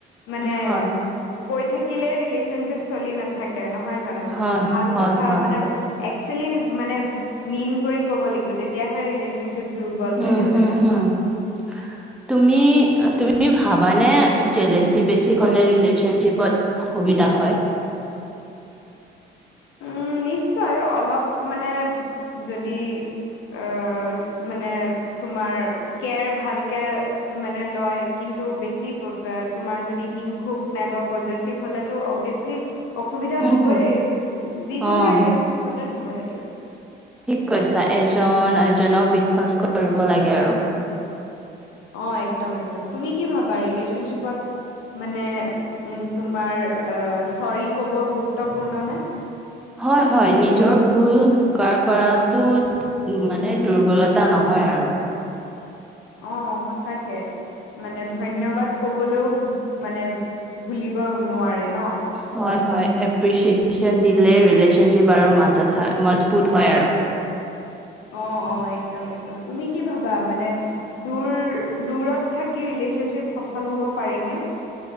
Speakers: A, on the left (about 90°); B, in the centre.
A: মানে
B: হয়
A: কৈ থাকিলে ৰিলেচনশ্বিপ চলি নাথাকে নহয় জানো
B: হয়
A: ভাল
B: হয়
A: কথা
B: হয়।
A: মানে একচুৱেলি মানে মিন কৰি ক'ব লাগিব তেতিয়াহে ৰিলেশচনশ্বিপটো দুৰ্বল
B: উম
A: হৈ নাযায়
B: হুম হুম। <unintelligible> তুমি তুমি ভাবানে জেলেচি বেছি হলে ৰিলেচনশ্বিপত সুবিধা হয়
A: উম নিশ্চয় অলপ মানে যদি আহ মানে তোমাৰ কেয়াৰ ভালকে মানে লয় কিন্তু বেছি তোমাৰ যদি হিংসুক নাইবা প্ৰজেচিভ হলেটো অভিয়াচ মানে অসুবিধা
B: উম,
A: হ'বই,
B: হুম,
A: যিকোনো
B: অ',
A: ৰিলেশচনশ্বিপতে হ'ব সেইটো।
B: ঠিক কৈছা এজন এজনক বিশ্বাস কৰিব লাগে আৰু।
A: অ একদম একদম তুমি কি ভাবা ৰিলেশ্যনশ্বিপত- মানে, উম তোমাৰ অ চৰি ক'ব গুৰুত্বপূৰ্ণ নে?
B: হয় হয় নিজৰ ভুল স্বীকাৰ কৰাটো- উম মানে দুৰ্বলতা নহয় আৰু।
A: অ সঁচাকে, মানে ধন্যবাদ-
B: উম,
A: কবলৈও মানে ভুলিব নোৱাৰে ন।
B: হয় হয় এপ্ৰিচিয়েচন দিলে ৰিলেচনশ্বিপ আৰু মাজত হয় মজবুত হয় আৰু।
A: অ অ একদম একদম, তুমি কি ভাবা মানে? দূৰ দূৰত থাকি ৰিলেশ্যনশ্বিপ সফল হব পাৰিনে?